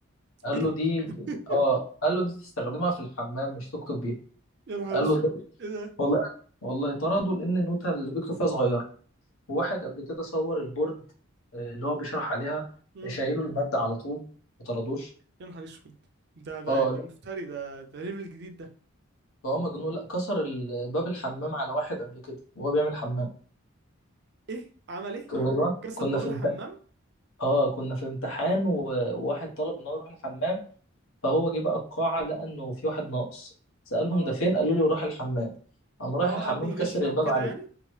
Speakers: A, on the left (about 80°); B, on the right (about 55°).
A: قال
B: ايه
A: له دي
B: <laughs>
A: <laughs> آه قال له دي تستخدمها في الحمام مش تكتب بيها
B: يا نهار
A: قال
B: اسود
A: له ده
B: ايه ده
A: والله والله طردوا لأن النوتة اللي بيكتب فيها صغيرة وواحد قبل كده صور البورد آه، اللي هو بيشرح عليها
B: امم
A: شايله المادة على طول ما طردوش
B: يا نهار اسود ده ده
A: اه
B: ده
A: لا
B: مفتري ده ده ليفل جديد ده
A: فهو مجنون لا كسر ال- باب الحمام على واحد قبل كده وهو بيعمل حمام
B: ايه عمل ايه
A: والله
B: كسر
A: كنا
B: باب
A: في
B: الحمام
A: امتحان اه كنا في امتحان و- وواحد طلب ان هو يروح الحمام فهو جه بقى القاعة لقى إنه في واحد ناقص سألهم
B: اه
A: ده فين قالوا له راح الحمام قام رايح
B: اه
A: الحمام
B: قلبي
A: كسر
B: يغش او
A: الباب
B: كده
A: عليه
B: يعني